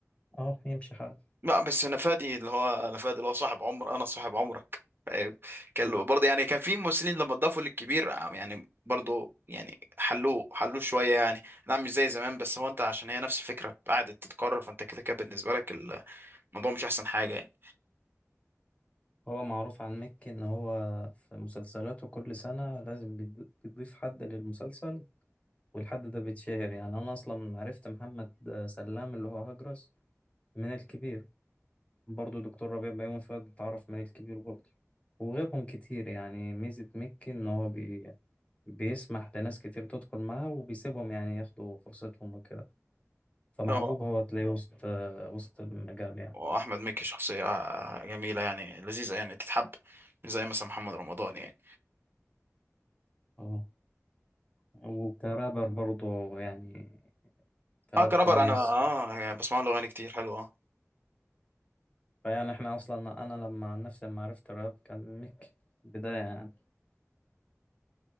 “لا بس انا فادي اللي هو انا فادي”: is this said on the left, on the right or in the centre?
Right